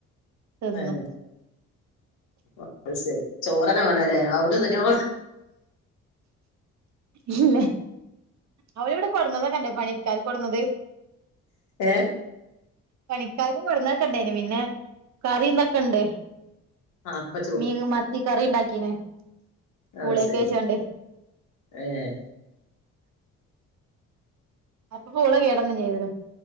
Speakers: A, on the right; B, on the left.
A: തിന്നു
B: ഏ അത് ശെരി ചോറനെ വേണല്ലേ അവുധിതന്നെയ്
A: ഇല്ല അവര് ഇവിടെ കൊടന്നതൊക്കെണ്ട് പണിക്കാർക്ക് കൊടന്നത്
B: ഏഹ്.
A: പണിക്കാർക്ക് കൊണ്ട്ന്നത് ഒക്കെ ഇൻ ട്ടെയ്ൻ പിന്നെ കറിം വെക്കണ്ടേ
B: ആ അപ്പൊ
A: മീൻ മത്തി കറി ഉണ്ടാക്കീന്. പൂളയൊക്കെ
B: ഐശെരി
A: വെച്ചാണ്ട്
B: ഏഹ്.
A: അപ്പൊ പൂള കേട്ന്നും ചെയ്തല്ലെ.